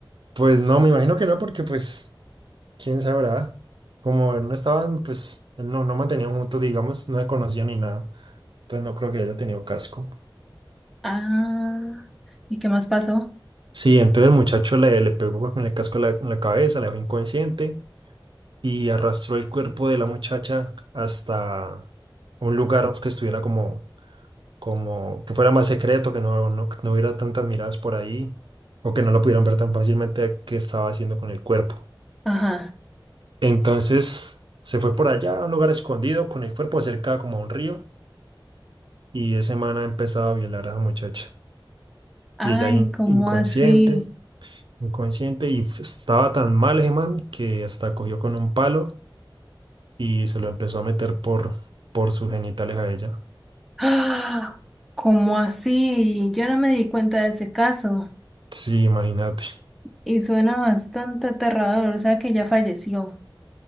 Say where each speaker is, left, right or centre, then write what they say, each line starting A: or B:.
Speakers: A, on the right; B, in the centre.
A: Pues no, me imagino que no, porque pues, quién sabrá, como no estaban, pues, no, no mantenían juntos, digamos, no se conocían ni nada, entonces no creo que haya tenido casco.
B: Ah, ¿y qué más pasó?
A: Sí, entonces el muchacho le, le pegó pues, con el casco en la, en la cabeza, la dejó inconsciente y arrastró el cuerpo de la muchacha hasta un lugar que estuviera como, como que fuera más secreto, que no, no, no hubiera tantas miradas por ahí o que no lo pudieran ver tan fácilmente qué estaba haciendo con el cuerpo.
B: Ajá.
A: Entonces se fue por allá a un lugar escondido con el cuerpo cerca como a un río y ese man ha empezado a violar a esa muchacha
B: Ay,
A: y ella in-
B: ¿cómo
A: inconsciente.
B: así?
A: inconsciente y f- estaba tan mal ese man que hasta cogió con un palo y se lo empezó a meter por, por sus genitales a ella.
B: ¡Ah! ¿Cómo así? Yo no me di cuenta de ese caso
A: Sí, imagínate.
B: y suena bastante aterrador, o sea que ya falleció.